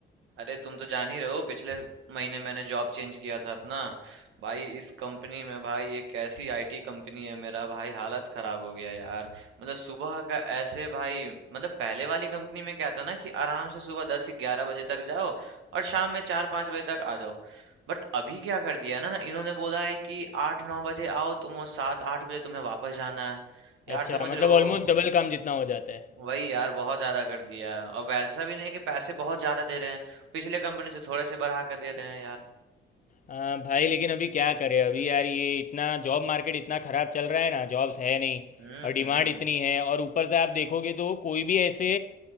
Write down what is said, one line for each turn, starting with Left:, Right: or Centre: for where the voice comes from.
Right: अरे तुम तो जान ही रहे हो पिछले महीने मैंने जॉब चेंज किया था अपना भाई इस कंपनी में भाई एक ऐसी आईटी कंपनी है मेरा भाई हालत खराब हो गया यार मतलब सुबह का ऐसे भाई मतलब पहले वाली कंपनी में क्या था ना कि आराम से सुबह दस ग्यारह बजे तक जाओ और शाम में चार पाँच बजे तक आ जाओ बट अभी क्या कर दिया है ना ना इन्होंने बोला है कि आठ नौ बजे आओ तुम वो सात आठ बजे तुम्हें वापस जाना है यार
Left: अच्छा
Right: समझ
Left: मतलब
Right: रहे हो
Left: ऑलमोस्ट डबल काम जितना हो जाता है
Right: वही यार बहुत ज्यादा कर दिया और वैसा भी नहीं कि पैसे बहुत ज्यादा दे रहे हैं पिछले कंपनी से थोड़े से बढ़ा कर दे रहे हैं यार
Left: हाँ, भाई लेकिन अभी क्या करें अभी यार ये इतना जॉब मार्केट इतना ख़राब चल रहा है ना जॉब्स है नहीं
Right: हम्म
Left: और डिमांड
Right: हम्म
Left: इतनी है और ऊपर से आप देखोगे तो कोई भी ऐसे